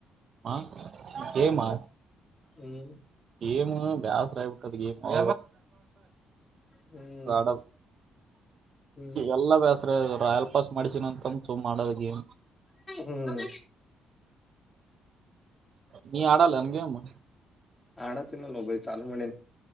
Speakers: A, on the right; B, on the left.
A: ಹ ಮಾಡ
B: ಹ್ಮ್
A: ಗೇಮ ಬ್ಯಾಸ್ ಆಗಿ ಬಿಟ್ಟ ಗೇಮ
B: ಹ್ಮ್
A: ಡ
B: ಹ್ಮ್
A: ಎಲ್ಲ ಬತ್ ರಾಯಲ್ ವಾಪಾಸ್ ಮಾಡಿಸಿನ ಅಂತಂತು ಮಾಡೋದ ಗಏನ್
B: ಹ್ಮ್
A: ನೀ ಅಡಲ್ಲಮಗೆಮ್ಮ
B: ಆಣುತ್ತ ನ ಲೊಬೈ ಚಾಲಲು ಮನೆ